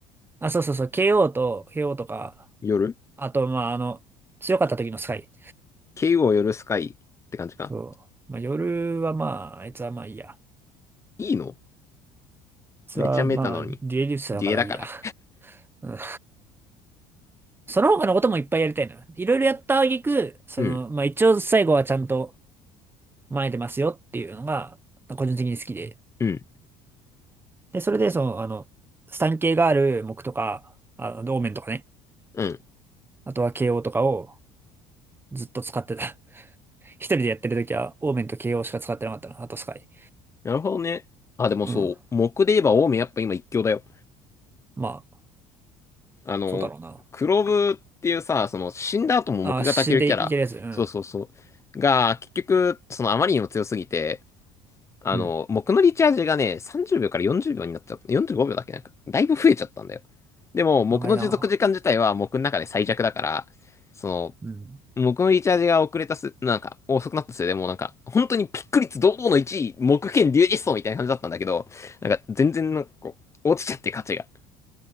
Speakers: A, on the right; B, on the left.
A: あ、そうそうそう、KO と、KO とか、
B: 夜
A: あと、まあ、あの、強かった時のスカイ。
B: ?KO 夜スカイって感じか
A: そう。まあ、夜はまあ、あいつはまあいいや。あい
B: いいの
A: つはまあ、
B: めちゃメタなのに。
A: デュエリストだからいいや。
B: デュエだから。
A: うん。その他のこともいっぱいやりたいのよ。いろいろやった挙句、その、
B: うん、
A: まあ一応最後はちゃんと前出ますよっていうのが、個人的に好きで。
B: うん、
A: で、それで、その、あの、スタン系がある木とか、あの、オーメンとかね。
B: うん。
A: あとは KO とかをずっと使ってた。<laughs> 一人でやってる時は、オーメンと KO しか使ってなかったの。あとスカイ。
B: なるほどね。あ、でもそう、
A: うん。
B: 木で言えばオウムやっぱ今一強だよ。
A: まあ、
B: あの、
A: そうだろうな。
B: クロブっていうさ、その死んだ後も木が焚けるキャラ。
A: あ、死んでいけるやつ。うん。
B: そうそうそう。が、結局、そのあまりにも強すぎて、あの、
A: うん。
B: 僕のリチャージがね、30秒から40秒になっちゃった。45秒だっけなんか、だいぶ増えちゃったんだよ。でも、僕の持続時間自体は僕の中で最弱だから、
A: 長いな。
B: その、
A: うん。
B: 僕のリチャージが遅れたす、なんか、遅くなったせいでもうなんか、本当にピック率堂々の1位、木剣竜実装みたいな感じだったんだけど、なんか、全然なんかこう、落ちちゃって価値が。